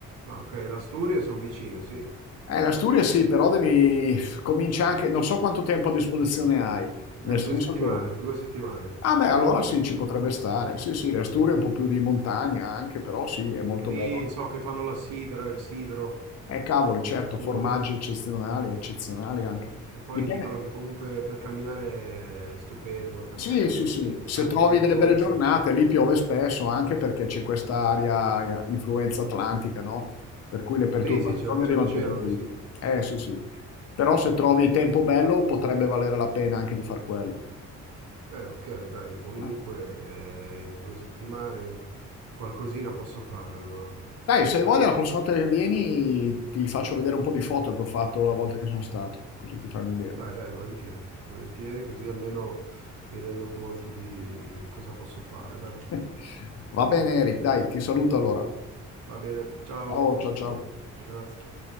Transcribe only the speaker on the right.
Ah, ok, l'Asturia sono vicine, sì.
Eh,
due settimane,
due settimane.
Che lì
so che fanno la sidra, il sidro
delle
Asturie.
E poi
dicono che comunque per camminare è stupendo perché
tanti
percorsi.
Sì, sì, c'è c'è
l'oceano
lì,
sì. Sì,
sì.
Eh, ok, dai, comunque
eh, in due settimane qualcosina posso fare allora.
Dai, dai, volentieri, volentieri, così almeno mi rendo conto di cosa posso fare, dai.
Va bene, ciao,
grazie.